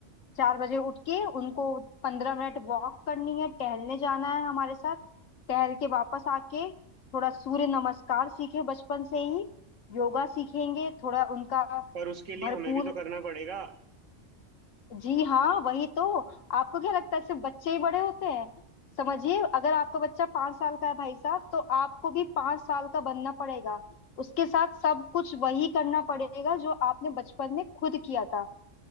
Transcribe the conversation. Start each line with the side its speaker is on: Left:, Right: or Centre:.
Left: चार बजे उठ के उनको पंद्रह मिनट वॉक करनी है टहलने जाना है हमारे साथ टहल के वापस आके थोड़ा सूर्य नमस्कार सीखे बचपन से ही योगा सीखेंगे थोड़ा उनका
Right: पर उसके लिए
Left: भरपूर
Right: हमें भी तो करना पड़ेगा
Left: जी हाँ वही तो आपको क्या लगता है सिर्फ बच्चे ही बड़े होते हैं समझिए अगर आपका बच्चा पांच साल का है भाई साहब तो आपको भी पांच साल का बनना पड़ेगा उसके साथ सब कुछ वही करना पड़ेगा जो आपने बचपन में खुद किया था